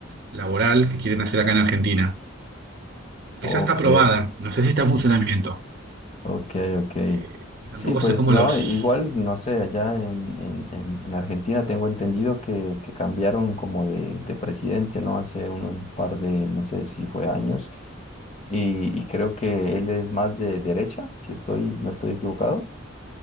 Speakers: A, on the right; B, on the left.
A: laboral que quieren hacer acá en Argentina, que
B: Ok.
A: ya está aprobada, no sé si está en funcionamiento.
B: Ok, ok.
A: Eh, y tampoco
B: Sí, pues
A: sé cómo
B: no,
A: los...
B: igual, no sé, allá en, en, en- en Argentina tengo entendido que, que cambiaron como de, de presidente, ¿no? Hace un, un par de, no sé si fue años, y, y creo que él es más de derecha, si estoy, no estoy equivocado.